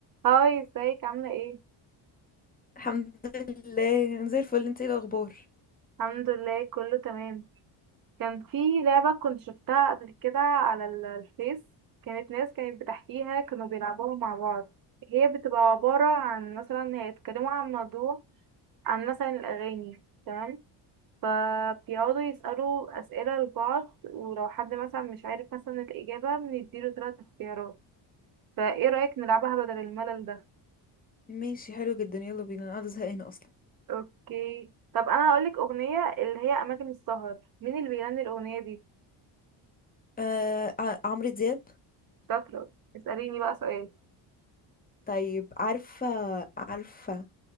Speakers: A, on the right; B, on the left.
A: هاي ازيك عاملة ايه؟
B: الحمد لله انا زي الفل انت ايه الاخبار
A: الحمد لله كله تمام كان في لعبة كنت شفتها قبل كده على ال- الفيس كانت ناس كانت بتحكيها كانوا بيلعبوها مع بعض هي بتبقى عبارة عن مثلا هيتكلموا عن موضوع عن مثلا الأغاني تمام فبيقعدوا يسألوا أسئلة لبعض ولو حد مثلا مش عارف مثلا الإجابة بنديله تلات اختيارات فايه رأيك نلعبها بدل الملل ده؟
B: ماشي حلو جدا يلا بينا انا قاعده زهقانه اصلا
A: اوكي طب انا هقولك أغنية اللي هي أماكن السهر مين اللي بيغني الأغنية دي؟
B: آه ع- عمرو دياب
A: شاطرة اسأليني بقى سؤال
B: طيب عارفه عارفه